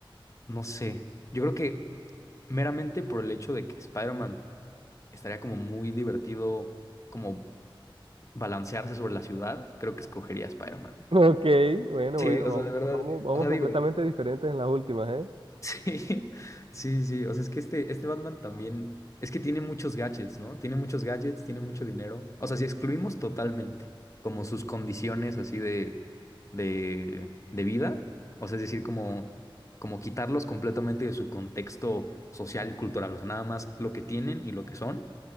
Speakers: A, on the left; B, on the right.
A: No sé. Yo creo que meramente por el hecho de que Spider-Man estaría como muy divertido, como balancearse sobre la ciudad, creo que escogería a Spider-Man.
B: Ok, bueno,
A: Sí,
B: bueno,
A: o
B: vamos,
A: sea, de verdad,
B: vamos, vamos
A: o sea,
B: completamente
A: digo,
B: diferentes en las últimas, ¿eh?
A: <laughs> Sí, sí, o sea, es que este, este Batman también, es que tiene muchos gadgets, ¿no? Tiene muchos gadgets, tiene mucho dinero. O sea, si excluimos totalmente como sus condiciones así de, de, de vida, o sea, es decir, como, como quitarlos completamente de su contexto social y cultural, o sea, nada más lo que tienen y lo que son,